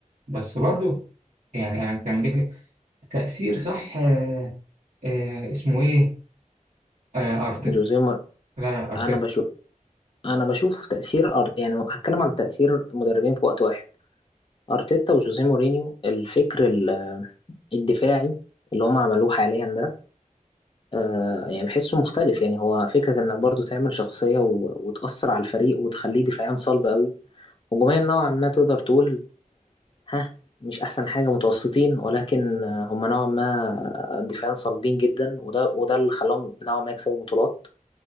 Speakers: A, on the right; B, on the left.
A: بس برضو يعني أنا كان جه تأثير صح آه آه اسمه إيه آه أرتيتا
B: جوزيه مور-
A: لا لا أرتيتا
B: انا بشوف انا بشوف تاثير أر... يعني هتكلم عن تاثير مدربين في وقت واحد ارتيتا وجوزيه مورينيو الفكر الدفاعي اللي هم عملوه حاليا ده آه يعني بحسه مختلف يعني هو فكرة انك برضو تعمل شخصية و... وتأثر على الفريق وتخليه دفاعيا صلب قوي هجوميا نوعا ما تقدر تقول ها مش احسن حاجة متوسطين ولكن آه، هم نوعا ما دفاعيا صلبين جدا وده وده اللي خلاهم نوعا ما يكسبوا بطولات